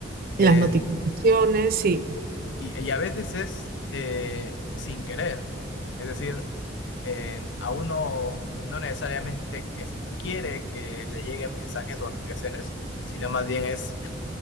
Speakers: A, on the left; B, on the right.
A: en-
B: las notificaciones. Sí,
A: y, y a veces es eh, sin querer. Es decir, eh, a uno no necesariamente es- quiere que le lleguen mensajes o notificaciones, sino más bien es